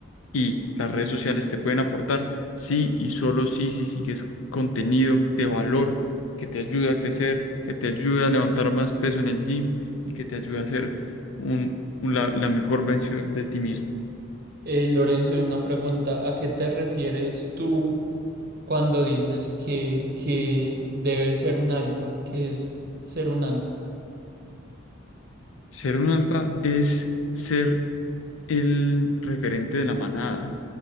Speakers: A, on the left; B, on the right.
A: Y las redes sociales te pueden aportar sí y solo sí si sigues contenido de valor que te ayuda a crecer, que te ayuda a levantar más peso en el gym y que te ayuda a ser un, un- la, la mejor versión de ti mismo.
B: Eh, Lorenzo, una pregunta. ¿A qué te refieres tú cuando dices que, que debe ser un alfa? ¿Qué es ser un alfa?
A: Ser un alfa es ser el referente de la manada,